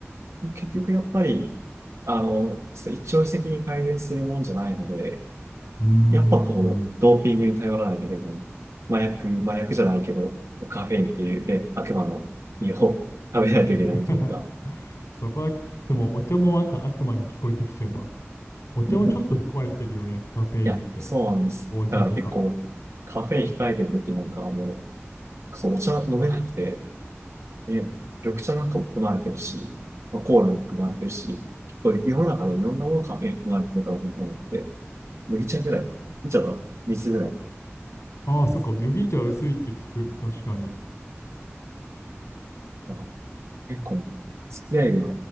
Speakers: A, on the right; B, on the left.
A: 結局やっぱり、あの、一朝一夕に改善するもんじゃないので、
B: うーん。
A: やっぱこう、ドーピングに頼らないといけない。麻薬、麻薬じゃないけど、カフェインっていうね、悪魔の実を食べないといけないというか。
B: <laughs> そこだけ聞くともうお茶も悪、悪魔に聞こえてきちゃうわ。
A: <laughs>
B: お茶もちょっと含まれてるよね、
A: い
B: カフェインって。
A: や、そうなんです。
B: お茶とか。
A: だから結構、カフェイン控えてる時なんかはもう、そう、お茶飲めなくて、ね、緑茶なんかも含まれてるし、まあ、コーラも含まれてるし、結構世の中のいろんなものカフェイン含まれてると思って、麦茶ぐらい、麦茶と水ぐらい、
B: ああ、そっか、麦茶薄いって聞く。確かに。
A: まあ、結構、付き合いが